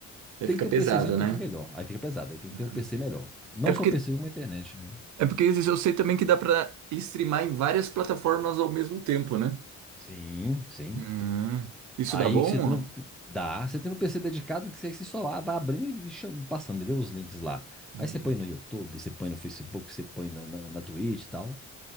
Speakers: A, on the right (about 70°); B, in the centre.
A: Aí
B: tem
A: fica
B: que ter
A: pesado,
B: um PCzinho um
A: né?
B: pouquinho melhor. Aí fica pesado, aí tem que
A: Ah.
B: ter um PC melhor. Não
A: É porque,
B: só o PC, como a internet, né?
A: é porque esses eu sei também que dá pra streamar em várias plataformas ao mesmo tempo, né?
B: Sim, sim.
A: Hum, Isso
B: Aí
A: dá bom?
B: que você tem um, dá, você tem um PC dedicado que você que você só a- vai abrindo e cham- passando, entendeu? Os links lá.
A: Uhum,
B: Aí você põe no YouTube, você põe no Facebook, você põe na, na, na Twitch e tal.